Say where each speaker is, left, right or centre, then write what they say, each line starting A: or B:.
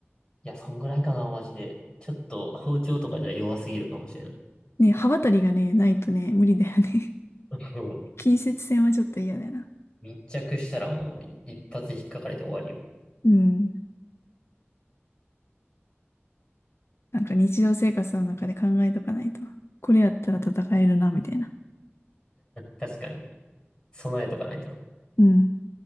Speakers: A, on the left; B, on the left.
A: や、そんぐらいかな、マジで。ちょっと包丁とかじゃ弱すぎるかもしれん。
B: ね、刃渡りがね、ないとね、無理だよね。
A: <laughs> うん。
B: <laughs> 近接戦はちょっと嫌だよな。
A: 密着したらもう一発引っかかれて終わりよ。
B: うん。なんか日常生活の中で考えとかないと。これやったら戦えるな、みたいな。
A: 確かに。備えとかないと。
B: うん。